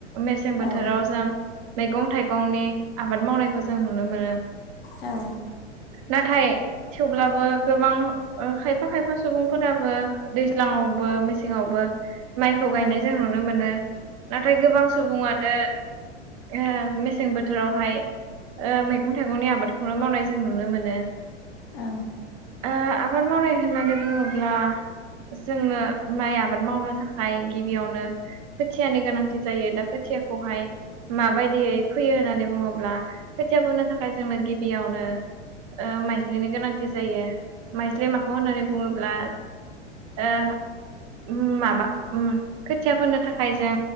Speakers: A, on the right (about 30°); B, on the left (about 60°).
A: मेसें बोथोराव
B: औ
A: जों मैगं थाइगंनि आबाद मावनायखौ जों नुनो मोनो
B: औ
A: नाथाय थेवब्लाबो गोबां ओ खायफा खायफा सुबुंफोराबो दैज्लाङावबो मेसेङावबो माइखौ
B: औ
A: गायनाय जों नुनो मोनो नाथाय गोबां सुबुङानो ओ मेसें बोथोरावहाय ओ मैं थाइगंनि आबादखौनो मावनाय जों नुनो मोनो
B: औ
A: ओ आबाद मावनाय होननानै बुङोब्ला जोंनो माइ आबाद मावनो थाखाय गिबियावनो खोथियानि गोनांथि जायो दा खोथियाखौहाय माबायदि दियै फैयो होननानै बुङोब्ला खोथिया फोनो थाखाय जोंनो गिबियावनो ओ माइज्लिनि गोनांथि जायो। माइज्लि माखौ होननानै बुङोब्ला ओ उम माबा उम खोथिया फोनो थाखाय जों